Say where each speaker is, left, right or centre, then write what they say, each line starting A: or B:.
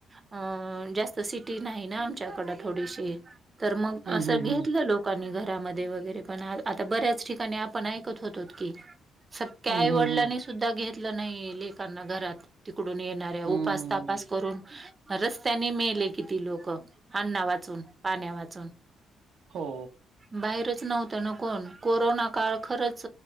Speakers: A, on the right; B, on the right.
A: अं जास्त सिटी नाही ना आमच्याकडं थोडीशी तर मग
B: हं,
A: असं
B: हं,
A: घेतलं
B: हं.
A: लोकांनी घरामध्ये वगैरे पण आता बऱ्याच ठिकाणी आपण ऐकत होतो. स्याई
B: हं,
A: वडिलांनी
B: हं, हं.
A: सुद्धा घेतलं नाही लेकांना घरात तिकडून येणाऱ्या
B: हं.
A: उपास तपास करून रस्त्याने मेले किती लोक अण्णा वाचून पाण्या वाचून
B: हो.
A: बाहेरच नव्हत न कोण कोरोना काळ खरच